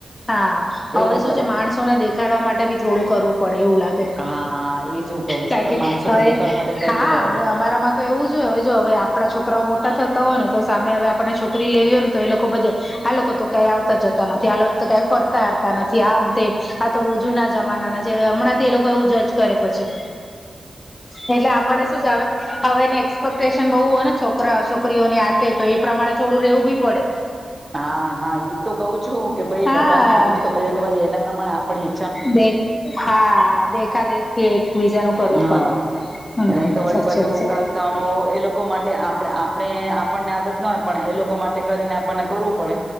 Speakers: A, on the left; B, on the right.
A: હા હવે
B: એવું
A: શું
B: કરે
A: છે માણસોને દેખાડવા માટે બી થોડું કરવું પડે એવું લાગે.
B: હા હા એજ હું કઉ
A: ક
B: છું
A: કે
B: માણસોને
A: હવે
B: દેખાડવા માટે કરવું
A: હા
B: પડે
A: હ અમારામાં તો એવું જોઈએ હવે જો હવે આપણા છોકરાઓ મોટા થતા હોય ને તો સામે હવે આપણે છોકરી લેવી હો ને તો એ લોકો બધે આ લોકો તો કં આવતા જતા નથી આ તો કંઈ ફરતા હરતા નથી આમ તે આ તો બહ જુના જમાનાના છે હમણાંથી એ લોકો એવું જજ કરે પછી. એટલે આપડે શું જ આવે હવે એની એક્સપેક્ટેશન બહુ હોય ને છોકરા છોકરીઓની આ તો એ પ્રમાણે થોડું રહેવું બી પડે.
B: હા હા ઈ તો કહ છું કે ભાઈ
A: હા
B: બધા ને એવું જ ખબર એટલે પછ એના પ્રમાણે આપણે
A: દે હા દેખા દેખી એક બીજાને કરવું
B: હા
A: પડે હમ
B: નહી તો વળી
A: સાચે-
B: પાછું ઉકાળસાનો એ લોકો માટે આપ આપણે આપણને આદત ના હોય પણ એ લોકો માટે કરીને આપણને કરવું પડે